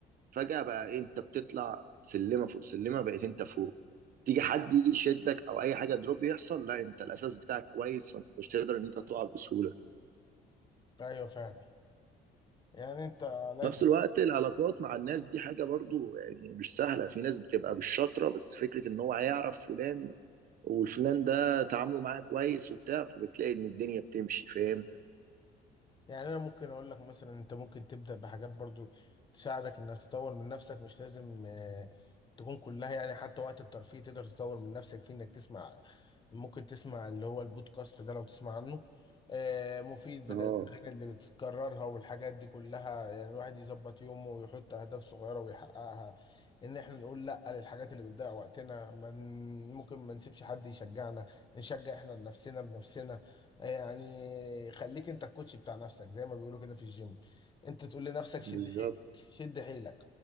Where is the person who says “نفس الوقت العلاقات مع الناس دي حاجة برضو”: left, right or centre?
Right